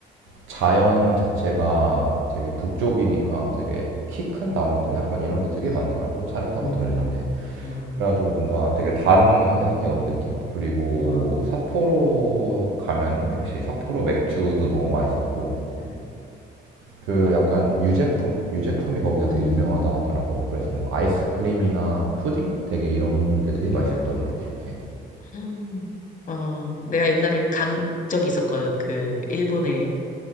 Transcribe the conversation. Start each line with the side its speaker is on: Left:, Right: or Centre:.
Right: 자연 자체가 되게 북쪽이니까 되게 키 큰 나무들 약간 이런 게 되게 많더라고
Left: 음.
Right: 차를 타고
Left: 음.
Right: 달리는데
Left: 와,
Right: 그래가지고 뭔가 되게 다른 세상에 온 느낌? 그리고
Left: 와,
Right: 삿포로 가면은 역시 삿포로 맥주도 너무 맛있었고
Left: 음.
Right: 그 약간 유제품? 유제품이 거기가 되게
Left: 음.
Right: 유명하다 하더라고. 그래서 뭐 아이스크림이나 푸딩? 되게 이런 게 되게 맛있었던
Left: 예.
Right: 걸로 기억해.
Left: 음. 어, 내가 옛날에 간 적이 있었거든. 그, 일본에